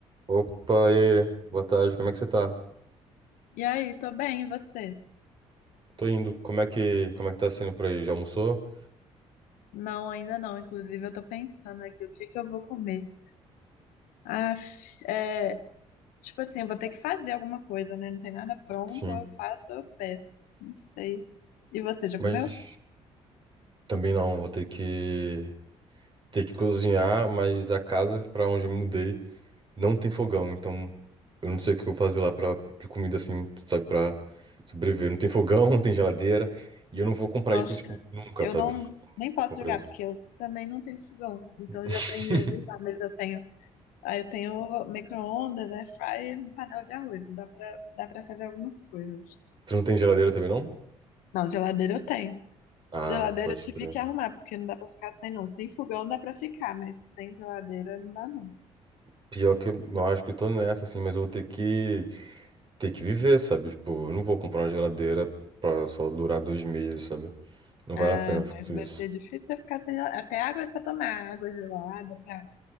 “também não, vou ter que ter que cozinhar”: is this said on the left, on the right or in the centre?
Right